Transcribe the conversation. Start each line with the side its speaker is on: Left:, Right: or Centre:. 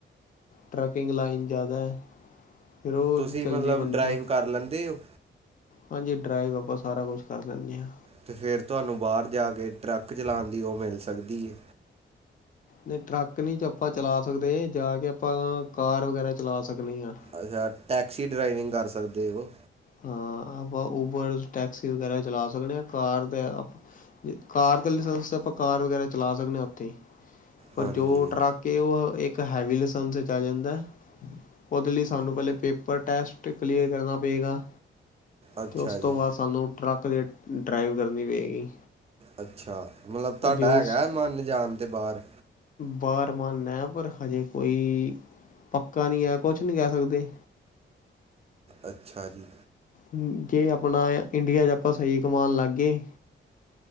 Left: ਟਰਕਿੰਗ ਲਾਈਨ ਜ਼ਿਆਦਾ ਫੇਰ ਉਹ
Right: ਤੁਸੀਂ
Left: ਜਲਦੀ
Right: ਮਤਲਬ
Left: ਬੰਦਾ
Right: ਡਰਾਈਵ ਕਰ ਲੈਂਦੇ ਓ
Left: ਹਾਂਜੀ ਡਰਾਈਵ ਆਪਾਂ ਸਾਰਾ ਕੁਛ ਕਰ ਲੈਣੇ ਆ।
Right: ਤੇ ਫੇਰ ਤੁਹਾਨੂੰ ਬਾਹਰ ਜਾ ਕੇ ਟਰੱਕ ਚਲਾਣ ਦੀ ਉਹ ਮਿਲ ਸਕਦੀ ਏ।
Left: ਨਹੀਂ ਟਰੱਕ ਨੀ ਚ ਆਪਾਂ ਚਲਾ ਸਕਦੇ, ਜਾ ਕੇ ਆਪਾਂ ਕਾਰ ਵਗੈਰਾ ਚਲਾ ਸਕਦੇ ਆ।
Right: ਅੱਛਾ ਟੈਕਸੀ ਡਰਾਈਵਿੰਗ ਕਰ ਸਕਦੇ ਓ?
Left: ਹਾਂ ਆਪਾਂ ਉਬਰ ਟੈਕਸੀ ਵਗੈਰਾ ਚਲਾ ਸਕਦੇ ਆ ਕਾਰ ਤੇ ਏ ਕਾਰ ਦੇ ਲਸੈਸ ਆਪਾਂ ਕਾਰ ਵਗੈਰਾ ਚਲਾ ਸਕਦੇ ਆ ਉੱਥੇ ਪਰ
Right: ਹਾਂਜੀ
Left: ਜੋ ਟਰੱਕ ਕੇ ਉਹ ਇੱਕ ਹੈਵੀ ਲਸੈਸ ਵਿੱਚ ਆ ਜਾਂਦਾ ਐ। ਉਹਦੇ ਲਈ ਸਾਨੂੰ ਪਹਿਲੇ ਪੇਪਰ ਟੈਸਟ ਕਲੀਅਰ ਕਰਨਾ ਪਏਗਾ।
Right: ਅੱਛਾ
Left: ਤੇ ਉਸ
Right: ਜੀ
Left: ਤੋਂ ਬਾਅਦ ਸਾਨੂੰ ਟਰੱਕ ਦੀ ਡਰਾਈਵ ਕਰਨੀ ਪਏਗੀ।
Right: ਅੱਛਾ ਮਤਲਬ ਤੁਹਾਡਾ
Left: ਜੇ ਉਸ
Right: ਹੈਗਾ ਮਨ ਜਾਣ ਦੇ ਬਾਹਰ?
Left: ਬਾਹਰ ਮਨ ਐ ਪਰ ਹਜੇ ਕੋਈ ਪੱਕਾ ਨਈ ਐ ਕੁਛ ਨੀ ਕਹਿ ਸਕਦੇ।
Right: ਅੱਛਾ ਜੀ।
Left: ਹੂੰ ਜੇ ਆਪਣਾ ਇੰਡੀਆ ਚ ਆਪਾਂ ਸਹੀ ਕਮਾਉਣ ਲੱਗ ਗੇ